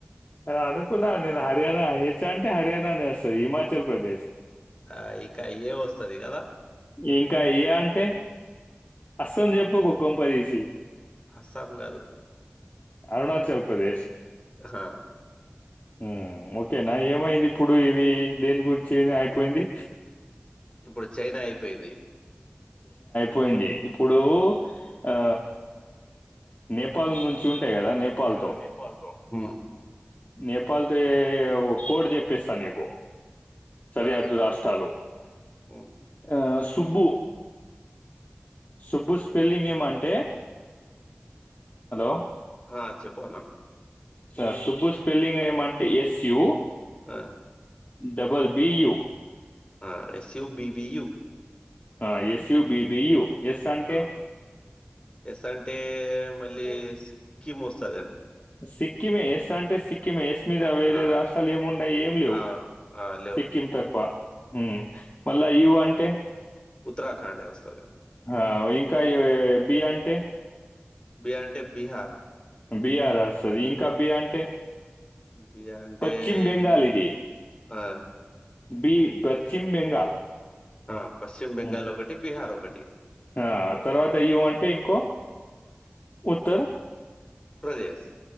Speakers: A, on the left (about 40°); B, on the left (about 20°).
A: హా అనుకున్నాను నేను హర్యానా హెచ్ అంటే హర్యానానే వస్తది హిమాచల్ ప్రదేశ్
B: ఆ ఇంకా ఏ వస్తది కదా
A: ఇంకా ఎ అంటే అస్సం చెప్పుకు
B: ఆ,
A: కొంపదీసి
B: అస్సాం గాదు
A: అరుణాచల్ ప్రదేశ్
B: హా
A: ఉమ్ ఓకే నా ఏమైంది ఇప్పుడు ఇవి దేని గురించి ఏ అయిపోయింది.
B: ఇప్పుడు చైనా అయిపోయింది.
A: పోయింది ఇప్పుడు ఆ నేపాల్ నుంచి ఉం టే గదా నేపాల్
B: అంతే కదా
A: తో
B: నేపాల్తో ఉమ్,
A: నేపాల్ తో ఏ కోట్ దెపిస్త నీకు సరిహద్దు
B: ఆ
A: రాష్ట్రాలు
B: ఉమ్.
A: ఆ సుబ్బు సుబ్బు స్పెల్లింగ్ ఏమంటే హలో
B: ఆ చెప్పు అన్నా
A: సార్ సుబ్బు స్పెల్లింగ్ ఏమంటే ఎస్ యూ
B: ఆ
A: డబల్ బియూ
B: ఆ ఎస్ యు బిబియు
A: ఆ ఎస్ యూ బిబియూ ఎస్ అంటే
B: ఆ ఎస్ అంటే మళ్ళీ
A: హ్మ్.
B: సిక్కిం వస్తదేమో
A: సిక్కిమే ఎస్ అంటే సి సిక్కిం ఎస్ మీద వేరే
B: ఆ!
A: రాష్ట్రాలు ఏమున్నాయి ఏం లేవు
B: అవును. ఆ! లేవు.
A: సిక్కిం తప్ప ఉమ్ మళ్ళా యు అంటే
B: ఉత్తరాఖాండే వస్తదేమో
A: అవ్ ఇంకా బి అంటే
B: బి అంటే బీహార్
A: బీహార్ వస్తది ఇంకా బి అంటే
B: బి అంటే
A: పశ్చిమ్ బెంగాల్
B: ఇం
A: ఇది
B: ఆ
A: బి పశ్చిమ్ బెంగాల్
B: ఆ పశ్చిమ బెంగాల్
A: ఉమ్
B: ఒకటి, బీహార్ ఒకటి.
A: ఆ తర్వాత యు అంటే ఇంకో ఉత్తర్
B: ప్రదేశ్